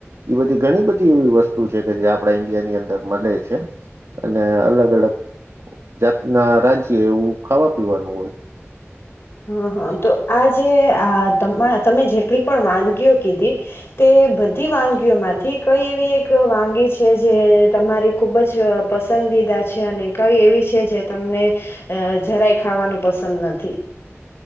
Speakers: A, on the right; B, on the left.
A: એ બધી ઘણી બધી એવી વસ્તુ છે કે જે આપણા ઈન્ડિયા ની અંદર મળે છે, અને અલગ અલગ જાતના રાજ્ય એવું ખાવા પીવાનું હોય.
B: હ હા તો આ જે આ તમે જેટલી પણ વાનગીઓ કીધી, તે બધી વાનગીઓમાંથી કઈ એવી એક વાનગી છે જે તમારી ખૂબ જ પસંદીદા છે અને કઈ એવી છે જે તમને, જરાય ખાવાનું પસંદ નથી.